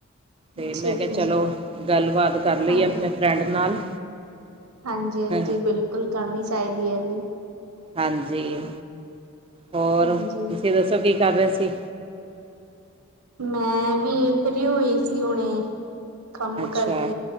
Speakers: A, on the right; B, on the right.
A: ਤੇ
B: ਅੱਛਾ
A: ਮੈਂ
B: ਜੀ
A: ਕਿਹਾ ਚਲੋ ਗੱਲਬਾਤ ਕਰ ਲਈਏ,
B: ਹਾਂ
A: ਆਪਣੇ ਫਰੈਂਡ ਨਾਲ।
B: ਹਾਂਜੀ -ਹਾਂਜੀ,
A: ਹਾਂ
B: ਬਿਲਕੁਲ ਕਰਨੀ ਚਾਹੀਦੀ ਐ ਜੀ।
A: ਹਾਂਜੀ, ਹੋਰ
B: ਹਾਂਜੀ
A: ਤੁਸੀਂ ਦੱਸੋ ਕੀ ਕਰ ਰਹੇ ਸੀ।
B: ਮੈਂ ਵੀ ਫਰੀ ਹੋਈ ਸੀ ਹੁਣੇ। ਕੰਮ
A: ਅੱਛਾ
B: ਕਰਕੇ,